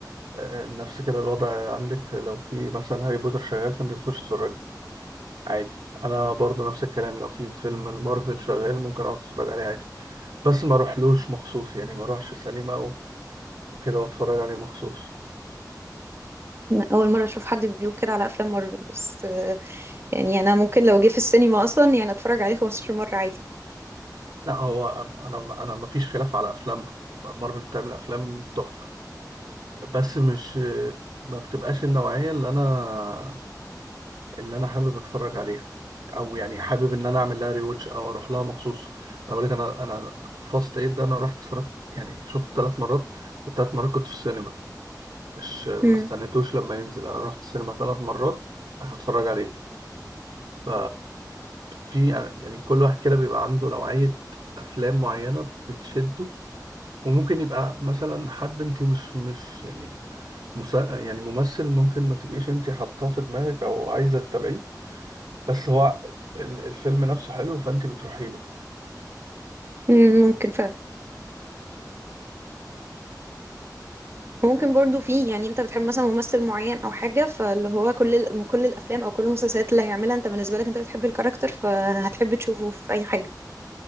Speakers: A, on the right; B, on the right.
A: آه، نفس كده الوضع عندك لو في مثلا هاري بوتر شغال فانت بتخش تتفرج عادي انا برضو نفس الكلام لو في فيلم المارفل شغال ممكن اقعد اتفرج عليه عادي بس ما اروحلوش مخصوص يعني ما اروحش سينما و- وكده واتفرج عليه مخصوص
B: اول مره اشوف حد بيقول كده على افلام مارفل بس آه، يعني انا ممكن لو جه في السينما اصلا يعني اتفرج عليه 15 مره عادي
A: لا هو انا انا ما فيش خلاف على افلامها مارفل بتعمل افلام تحفة بس مش ما بتبقاش النوعية اللي انا اللي انا حابب اتفرج عليها او يعني حابب ان انا اعمل لها ريوتش او اروح لها مخصوص انا بقول لك انا انا فاست ايد ده انا رحت اتفرجت يعني شفت ثلاث مرات والثلاث مرات كنت في السينما مش ما
B: مم.
A: استنيتوش لما ينزل انا رحت السينما ثلاث مرات عشان اتفرج عليه ف في يعني يعني كل واحد كده بيبقى عنده نوعية أفلام معينة بتشده وممكن يبقى مثلا حد أنت مش مش يعني مس... يعني ممثل ممكن ما تبقيش أنت حاطاه في دماغك أو عايزة تتابعيه بس هو ال- الفيلم نفسه حلو فأنت بتروحي له
B: مم. ممكن فعلا ممكن برضو في يعني انت بتحب مثلا ممثل معين او حاجه فاللي هو كل ال- من كل الافلام او كل المسلسلات اللي هيعملها انت بالنسبه لك انت بتحب الكاركتر فهتحب تشوفه في اي حاجه